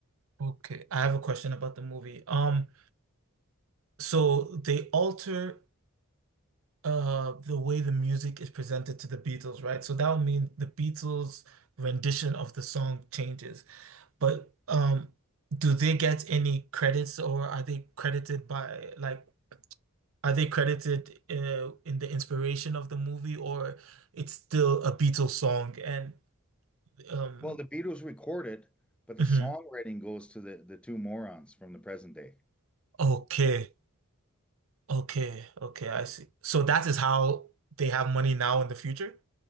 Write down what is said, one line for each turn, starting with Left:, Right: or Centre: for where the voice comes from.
Right: Okay. I have a question about the movie. Um, so they alter. uh the way the music is presented to the Beatles, right? So that would mean the Beatles' rendition of the song changes. But um do they get any credits or are they credited by like are they credited uh, in the inspiration of the movie or it's still a Beatles song and um
Centre: Well, the Beatles recorded, but the
Right: mhm.
Centre: songwriting goes to the the two morons from the present day.
Right: Okay. Okay. Okay, I see. So that is how they have money now in the future?